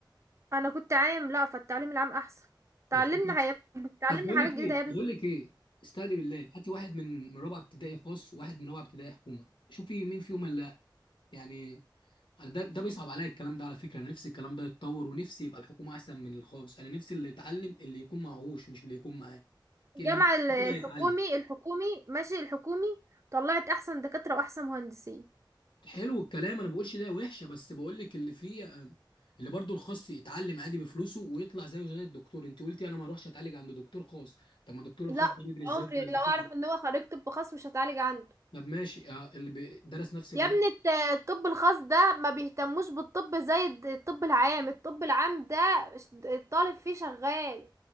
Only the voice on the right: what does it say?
انا كنت عام لأ فالتعليم العام احسن تعلمنا
يا ابني تعلمنا
حاجات
جديدة
يا ابني
الجامعة
ال- الحكومي
الحكومي ماشي الحكومي طلعت احسن دكاترة واحسن مهندسين
لا
عمري
لو اعرف ان هو خريج طب خاص مش هتعالج عنده
يا ابني الت- الطب الخاص ده ما بيهتموش بالطب زي الد- الطب العام الطب العام ده ش- الطالب فيه شغال